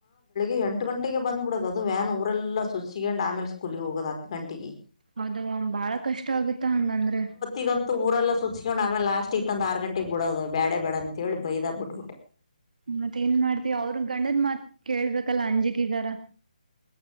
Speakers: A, on the left; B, on the right.
A: ಎ ಗಂ ಗಟ್ಟಿಗೆ ಬ್ಬ ಬಿಡೋದು ಅದು ವ್ಯಾನ್ ಊರೆಲ್ಲ ಸುಚ್ಕೊಂಡ್ ಆಮೇಲೆ ಸ್ಕೂಲಿಗೆ ಹೋಗೋದು ಹತ್ತು ಗಂಟೆಗೆ
B: ಹೌದ ಬಾಳ ಕಷ್ಟ ಆಗತ್ತ ಹಂಗಂದ್ರೆ
A: ಇಗಂತೂಊಲ್ಲ ಸುಚ್ಕೊಂಡ್ ಆಮೇ ಲಾಸ್ಟ್ ಇತ್ತಂತಂದ ಆರು ಗಂಟೆಗೆ ಬಿಡೋದು ಬೇಡ ಬೇಡ ಅಂತಿ ಬೈದ ಬಿಟ್ಬಿಟ್ಟೆ
B: ಮತ್ತೆ ಏನ್ ಮಾಡ್ತತಿವಿ ಅವ್ರ ಗಂಡದ ಮಾತ್ ಕೇಳ್ಬೇಕಲ್ಲಾ ಅಂಜಿಕೆಗಾರ